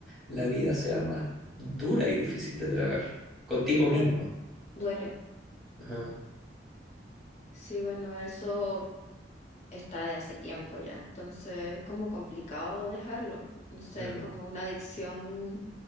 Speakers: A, in the centre; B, on the left.
A: la vida sea más dura y difícil de tragar contigo
B: claro,
A: mismo.
B: duele.
A: Ajá.
B: Sí, bueno, eso está de hace tiempo ya, entonces es como complicado dejarlo. No sé,
A: mm.
B: es como una adicción